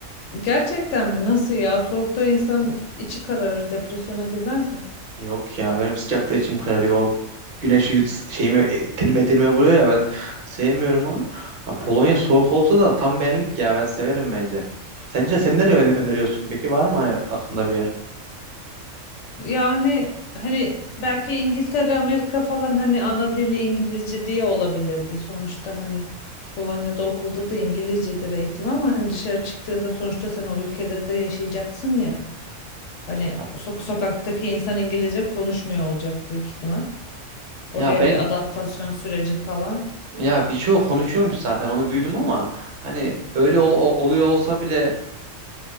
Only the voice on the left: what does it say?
Gerçekten mi? Nasıl ya? Soğukta insan içi kararır, depresyona girmez mi?
Yani hani belki İngiltere, Amerika falan hani ana dili İngilizce diye olabilirdi. Sonuçta hani Polonya'da okulda da İngilizcedir eğitim ama hani dışarı çıktığında sonuçta sen o ülkede de yaşayacaksın ya. Hani
sok sokaktaki insan İngilizce konuşmuyor olacak büyük ihtimal. Oraya
bir adaptasyon süreci falan.